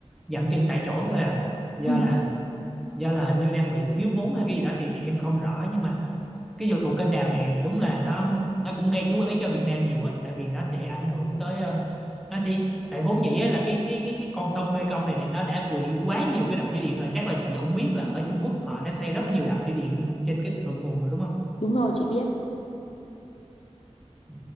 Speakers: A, in the centre; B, on the left (about 60°).
A: dậm chân tại chỗ thôi à do
B: Ừ,
A: là do là hình như đang bị thiếu vốn hay cái gì đó thì em không rõ nhưng mà cái vụ kênh đào này đúng là nó nó cũng gây chú ý cho Việt Nam nhiều á tại vì nó sẽ ảnh hưởng tới ờ, nó sẽ tại vốn dĩ á, là cái cái cái cái con sông Mekong này nè nó đã quỵ quá nhiều cái đập thủy điện rồi chắc là chị cũng biết là ở Trung Quốc họ đã xây rất nhiều đập thủy điện trên cái thượng nguồn rồi đúng không
B: đúng rồi, chị biết.
A: Ừ,